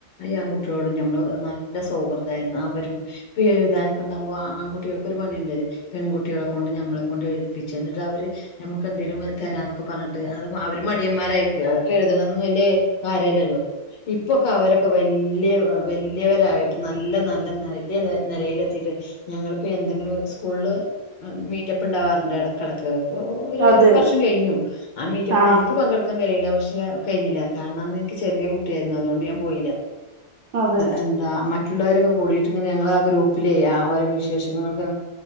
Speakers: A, on the left; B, on the right.
A: ഈ ആൺകുട്ടികളോടും ഞമ്മള് നല്ല സൗഹൃദായിരുന്നു അവരും ഇപ്പൊ എഴുതാനൊക്കെ ഉണ്ടാകുമ്പോ ആൺകുട്ടികൾക്കൊ ഒരു പണിയുണ്ട് പെൺകുട്ടികളെക്ക കൊണ്ട് ഞമ്മളെ കൊണ്ട് എഴുതിപ്പിച്ച എന്നിട്ട് അവര് നമുക്ക് എന്തെങ്കലും തരാന്നൊക്കെ പറഞ്ഞിട്ട് അത് അവര മടിയന്മാരായിക്ക അവർക്ക് എഴുതണന്ന് വലിയ കാര്യമല്ലല്ലോ ഇപ്പൊക്കെ അവരൊക്കെ വലിയ വലിയവരായിട്ട് നല്ല നല്ല വല്യ നിലയിലെത്തിട്ട് ഞങ്ങിപ്പോ എന്തെങ്കിലും സ്കൂളിൽ മീറ്റപ്പ് ഉണ്ടാവാറുണ്ട് ഇടക്കിടക്ക് അപ്പോ ഒരു
B: അതെ
A: ഒരു വർഷം കഴിഞ്ഞു അമ്മീച്ച പിന്നെ
B: ആ
A: എനിക്ക് പങ്കെടുക്കാൻ കഴിയില്ലക്ഷെ പക്ഷ കഴിഞ്ഞില്ല കാരണം അന്ന് എനിക്ക് ചെറിയ കുട്ടിയായിരുന്നു അതുകൊണ്ട് ഞാൻ പോയില്ല
B: അതെ
A: എന്താ മ മറ്റുള്ളവരൊക്കെ കൂടിയിട്ട് ഇങ്ങനെ ഞങ്ങ ആ ഗ്രൂപ്പിലെ ആ അവര വിശേഷങ്ങളൾക്കെ